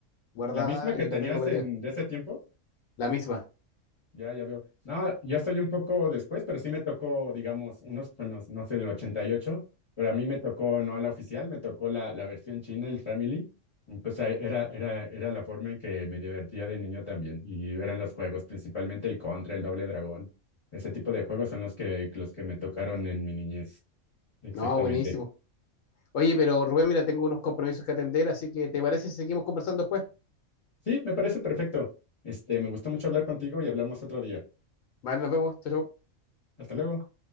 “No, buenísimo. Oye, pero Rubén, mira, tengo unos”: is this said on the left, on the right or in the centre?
Left